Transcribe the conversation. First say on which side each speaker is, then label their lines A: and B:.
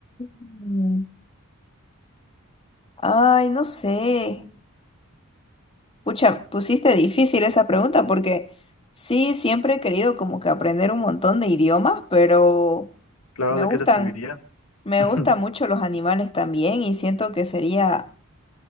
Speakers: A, on the left (about 25°); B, on the left (about 80°).
A: Mm, Ay, no sé. Pucha, pusiste difícil esa pregunta porque sí, siempre he querido como que aprender un montón de idiomas, pero
B: Claro,
A: me
B: ¿de
A: gustan,
B: qué te serviría?
A: me
B: <laughs>
A: gustan mucho los animales también y siento que sería